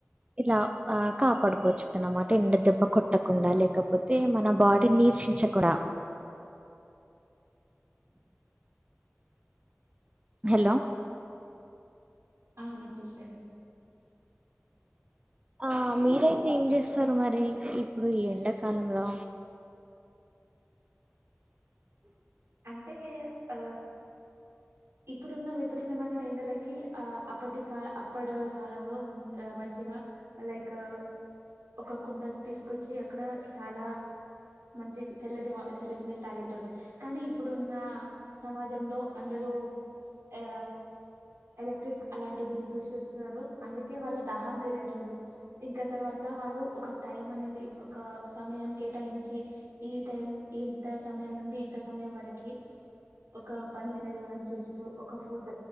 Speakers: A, on the right; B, on the right.
A: ఇలా ఆ కాపాడుకోవచ్చు అనమాట ఎండ దెబ్బ కొట్టకుండా లేకపోతే మన బాడీ నీరసించకుండా హలో
B: ఆ వినిపిస్తుంది
A: ఆ మీరైతే ఏం చేస్తారు
B: అయి
A: మరి ఇప్ ప్పుడు ఈ ఎండాకాలంలో
B: అంటే ఆ ఇప్పుడున్న విపరీతమైన ఎండలకి ఆ అప్పటి కా అప్పడి కాలంలో మంచ్ మంచిగా లైక్ ఒక కుండ తీసుకొచ్చి అక్కడ చాలా మంచి చల్లటి వా చల్లటి నీళ్ళు తాగేటోళ్లు కానీ ఇప్పుడు ఉన్న సమాజంలో అందరు ఎ ఎలక్ట్రిక్ అలాంటిది చూస్ చేస్తున్నారు అందుకే వాళ్ళ దాహం తీరట్లేదు ఇంకా తర్వాత త వాళ్ళు ఒక టైం అనేది ఒక సమయం కేటాయించి ఈ టైం ఇంత సమయం నుండి ఇంత సమయం వరకి ఒక పని అనేది మనం చూస్ చు ఒక ఫుడ్